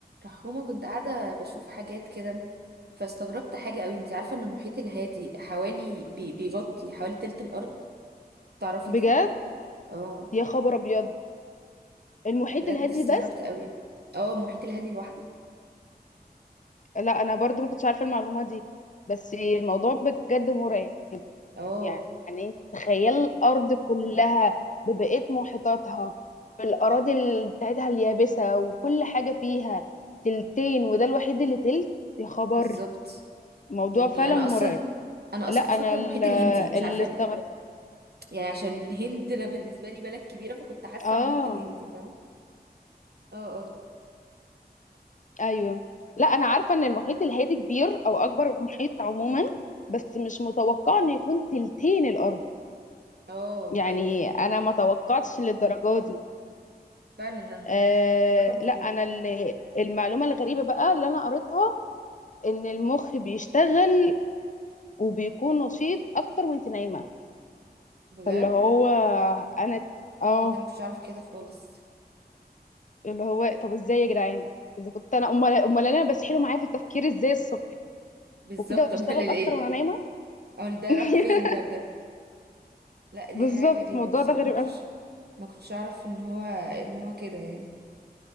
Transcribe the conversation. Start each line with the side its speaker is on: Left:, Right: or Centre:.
Right: رحومة كنت قاعدة بشوف حاجات كده فاستغربت حاجة قوي انت عارفة ان المحيط الهادي حوالي بي- بيغطي حوالي تلت الارض تعرفي
Left: بجد
Right: دي اه
Left: يا خبر ابيض المحيط
Right: بجد
Left: الهادي
Right: استغربت
Left: بس
Right: قوي اه المحيط الهادي لوحده
Left: لا انا برضو ما كنتش عارفه المعلومه دي بس الموضوع بجد مرعب
Right: اه
Left: يعني انت تخيل الارض كلها ببقيه محيطاتها بالاراضي ال- بتاعتها اليابسه وكل حاجه فيها تلتين وده الوحيد اللي تلت يا خبر
Right: بالظبط
Left: موضوع
Right: يعني
Left: فعلا
Right: انا
Left: مرعب
Right: اصلا انا
Left: لا
Right: اصلا
Left: انا
Right: كنت فاكرة
Left: ال-
Right: المحيط الهندي مش
Left: اللي
Right: عارفة
Left: استغرب
Right: ليه يعني عشان الهند انا بالنسبة لي بلد كبيرة فكنت حاسة
Left: اه
Right: المحيط الهندي فاهمة اه اه
Left: ايوه لا انا عارفه ان المحيط الهادي كبير او اكبر محيط عموما بس مش متوقعه انه يكون تلتين الارض
Right: اه
Left: يعني
Right: ايوه فهمتك
Left: انا ما توقعتش للدرجه دي
Right: فعلا ده الم-
Left: أه
Right: رقم كبير
Left: لا انا اللي المعلومه الغريبه بقى اللي انا قريتها ان المخ بيشتغل وبيكون نشيط اكتر وانت نايمه
Right: بجد
Left: فاللي هو انا اه
Right: ايه ده ما كنتش اعرف كده خالص
Left: اللي هو طب ازاي يا جدعان اذا كنت انا امال امال انا بسحله معايا في التفكير ازاي الصبح
Right: بالظبط
Left: وده بيشتغل
Right: <laughs> امال ايه
Left: اكتر وانا نايمه
Right: اقول ده
Left: <laughs>
Right: راح فين ده بجد لا دي
Left: بالظبط
Right: حاجة غريبة
Left: الموضوع
Right: بصراحة
Left: ده غريب
Right: ما كنتش
Left: قوي
Right: ما كنتش اعرف ان هو ان هو كده يعني